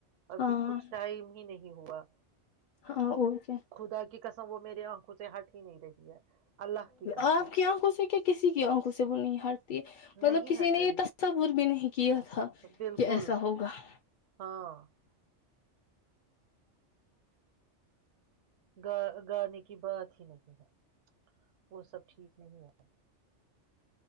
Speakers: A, on the right; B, on the left.
A: ابھی
B: ہاں
A: کچھ ٹائم ہی نہیں ہوا
B: ہاں اور کیا
A: خدا کی قسم وہ میری آنکھوں سے ہٹ <inaudible> ہے اللہ کی قسم
B: آپ کی آنکھوں سے کیا کسی کی آنکھوں سے وہ نہیں ہارتی ہے مطلب
A: نہیں
B: کسی
A: ہٹ
B: نے یہ
A: رہی
B: تصور بھی نہیں کیا تھا
A: بالکل
B: کہ ایسا ہوگا <inaudible>
A: ہاں گا گانے کی بات ہی نہیںظر ہے وہ سب ٹھیک نہیں ہے